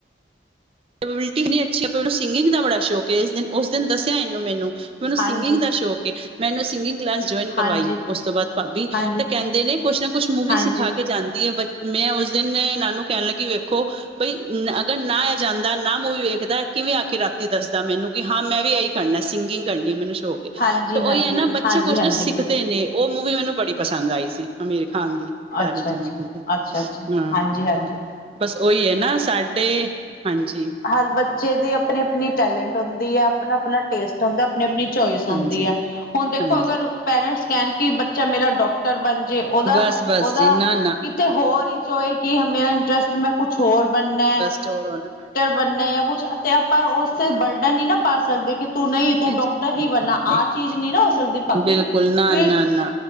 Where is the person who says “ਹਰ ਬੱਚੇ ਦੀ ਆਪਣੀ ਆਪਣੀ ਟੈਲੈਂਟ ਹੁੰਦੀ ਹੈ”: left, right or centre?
Left